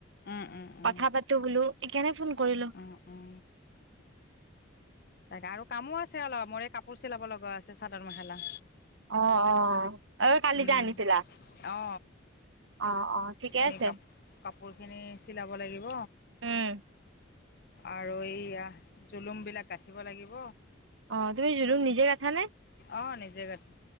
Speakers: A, on the left; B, on the right.
A: উম উম উম,
B: কথা পাতো বোলো এইকাৰণে ফোন কৰিলো।
A: অ অ, তাকে আৰু কামো আছে অলপ মোৰে কাপোৰ চিলাব লগা আছে চাদৰ মেখেলা।
B: অ অ, কালি
A: উম
B: যে আনিছিলা
A: অ,
B: অ অ ঠিকে
A: এই
B: আছে
A: কাপ কাপোৰখিনি চিলাব লাগিব।
B: উম
A: আৰু এইয়া জুলুম বিলাক গাঁঠিব লাগিব।
B: অ তুমি জোলোৰম নিজে গাঠানে।
A: অ নিজে গাঠো।